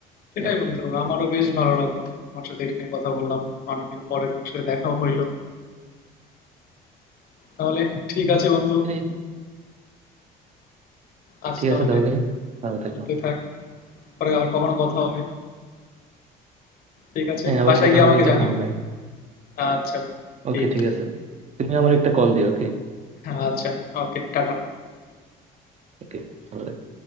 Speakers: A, on the left (about 60°); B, on the right (about 40°).
A: সেটাই
B: এই আর
A: বন্ধু
B: কি
A: আমারও বেশ ভালো লাগলো তোমার সাথে এটা নিয়ে কথা বললাম অনেকদিন পরে তোমার সাথে দেখা হইলো তাহলে ঠিক আছে বন্ধু
B: হম
A: আজ
B: ঠিক
A: তাহলে
B: আছে তাহলে
A: এ
B: ভালো
A: পর্যন্তই
B: থেকো
A: থাক পরে আবার
B: Okay.
A: কখনো কথা হবে ঠিক আছে
B: হ্যাঁ আবার
A: বাসায়
B: কথা
A: গিয়ে
B: হবে
A: আমাকে
B: দেখা
A: জানিও
B: হবে
A: আচ্ছা বন্ধু, ঠিক
B: ওকে ঠিক
A: আছে
B: আছে তুমি আমার একটা কল দিও ওকে
A: আচ্ছা ওকে টাটা
B: ওকে ভালো থেকো